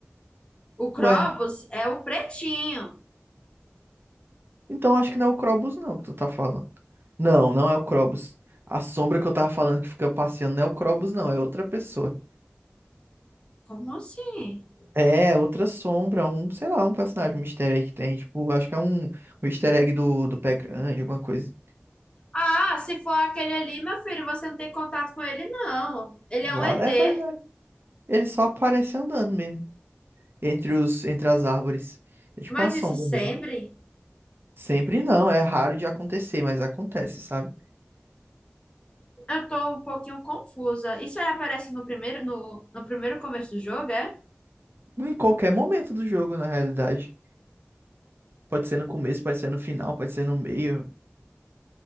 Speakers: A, on the left; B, on the right.
A: O Krobs
B: Ué.
A: é o pretinho.
B: Então acho que não é o Krobus não que tu tá falando. Não, não é o Krobus. A sombra que eu tava falando que fica passeando não é o Krobus não, é outra pessoa.
A: Como assim?
B: É, outra sombra, um, sei lá, um personagem, um easter egg que tem, tipo, acho que é um, um easter egg do, do Pé Grande, alguma coisa.
A: Ah, se for aquele ali, meu filho, você não tem contato com ele, não. Ele
B: Vale,
A: é um ET.
B: é, pois é. Ele só aparece andando mesmo, entre os, entre as árvores. É tipo
A: Mas
B: uma sombra
A: isso
B: mesmo.
A: sempre?
B: Sempre não, é raro de acontecer, mas acontece, sabe?
A: Eu tô um pouquinho confusa. Isso aí aparece no primeiro, no, no primeiro começo do jogo, é?
B: Em qualquer momento do jogo, na realidade. Pode ser no começo, pode ser no final, pode ser no meio.